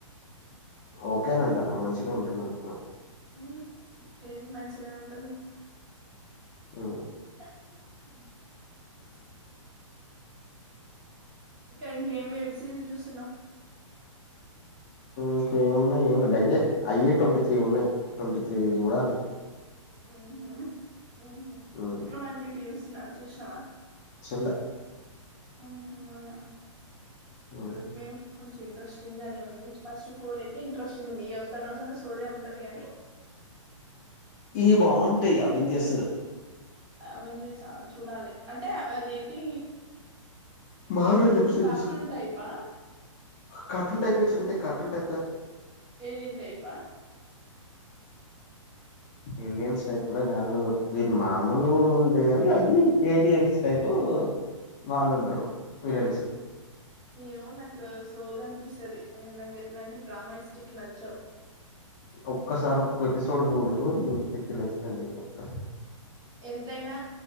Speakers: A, on the left; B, on the right.
A: ఓకేన అంటనా మంచిగ ఉంటుంది అంటనా
B: ఉ ఏం మంచినే ఉంటుంది.
A: ఆ
B: <unintelligible> ఇంకా ఇంకేం వెబ్ సిరీస్ చూస్తున్నావ్
A: ఇంక ఏమున్నాయి ఏ గయ్యే అయే ట్వంటీ త్రీ ఉన్నాయి ట్వంటీ త్రీ చూడాలి.
B: ఊ ఉ ఊహు
A: హ్మ్.
B: విక్రమండిడు చూస్తున్న చూసినావా.
A: చూడలే
B: ఆహా అవున
A: హ్మ్.
B: చుడుకుపోన్ కొంచెం ఇంట్రెస్టింగ్ గానే ఉంది. ఫస్ట్ ఫోర్ అయితే ఇంట్రెస్టింగ్ ఉంది. ఏవస్తన్నా వసా సోదే ఉంటది కాని
A: ఈ బాగుంటాయి అవెంజర్స్
B: అవెంజర్స్ చూడాలి అంటే అదేంటి
A: మార్వెల్
B: ఏమంటరు
A: వెబ్ సిరీస్.
B: కార్టూన్ టైపా
A: కార్టూన్ టైప్ ఎట్లుంటే కార్టూన్ టైప్ కాదు
B: ఏలియన్ టైప్ అ
A: ఏలియన్స్ టైప్ కూడా కాదు వీరి మామూలు ఉండే కాది అయ్యి ఏలియన్స్ టైపు వాళ్ళు ఉంటారు విలిన్స్
B: ఏమో నాకు సోది అన్పిస్తది నాకు ఎట్లాంటి డ్రామాస్టిక్ నచ్చవు
A: ఒక్కసారి ఒక్క ఎపిసోడ్ చూడు నీకు పిచ్చి లేస్తాది ఫస్ట్
B: ఎంతైనా